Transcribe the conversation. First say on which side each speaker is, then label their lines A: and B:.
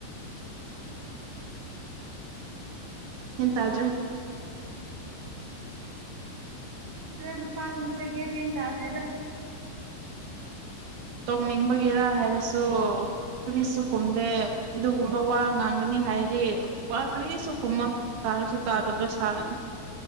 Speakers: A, on the right; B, on the right.
A: ꯎ <unintelligible>
B: ꯒꯌ꯭ꯥꯟ ꯇꯗ꯭ꯔꯦ <inaudible>
A: ꯈꯪꯗ꯭ꯔ‌ꯦ ꯅꯨꯄꯥꯁꯤꯡ ꯁ‌ꯦꯀ‌ꯦꯜꯍ‌ꯦꯟ ꯌꯥꯗ‌ꯦꯗ
B: ꯇꯣꯡꯅꯤꯡꯕꯒꯤꯔꯥ ꯍꯥꯏꯔꯁꯨ ꯀꯔꯤꯁꯨ ꯈꯨꯝꯗꯦ ꯑꯗꯨꯒꯨꯝꯕ ꯋꯥ ꯉꯥꯡꯒꯅꯤ ꯍꯥꯏꯔꯗꯤ ꯋꯥ ꯀꯔꯤꯁꯨ ꯈꯨꯝꯃꯣꯏ ꯁꯥꯔꯁꯨ ꯇꯥꯗꯕ ꯁꯥꯔꯅꯤ